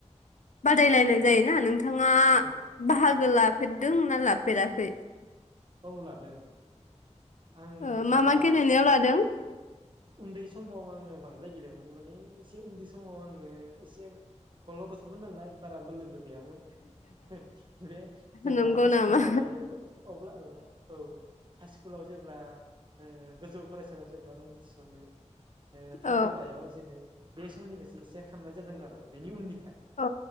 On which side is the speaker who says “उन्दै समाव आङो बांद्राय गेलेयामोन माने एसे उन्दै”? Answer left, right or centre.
Right